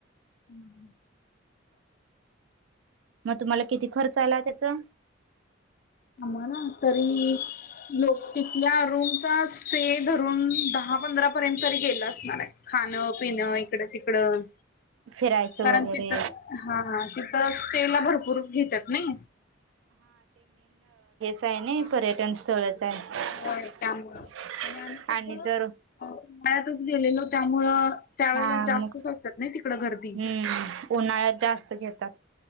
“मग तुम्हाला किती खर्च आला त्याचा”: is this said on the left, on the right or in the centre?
Right